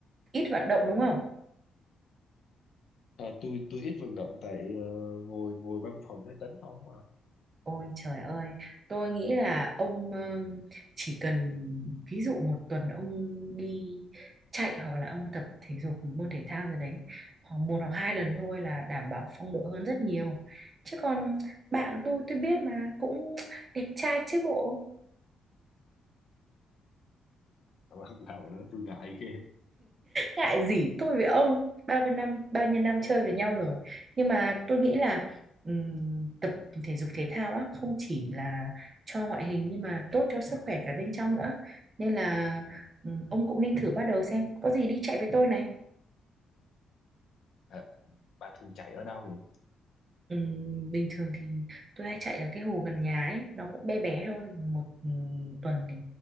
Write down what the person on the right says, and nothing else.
ít vận động đúng không?
Ôi trời ơi, tôi nghĩ là ông ờ, chỉ cần ví dụ một tuần ông đi chạy hoặc là ông tập thể dục môn thể thao gì đấy khoảng một hoặc hai lần thôi là đảm bảo phong độ hơn rất nhiều. Chứ còn bạn tôi tôi biết mà cũng đẹp trai chứ bộ.
ngại gì tôi với ông bao nhiêu năm bao nhiêu năm chơi với nhau rồi nhưng mà tôi nghĩ là ừm, tập thể dục thể thao á không chỉ là cho ngoại hình nhưng mà tốt cho sức khỏe cả bên trong nữa nên là
ừm, ông cũng nên thử bắt đầu xem có gì đi chạy với tôi này
Ừm, bình thường thì tôi hay chạy ở cái hồ gần nhà ấy nó cũng bé bé thôi một ừm, tuần thì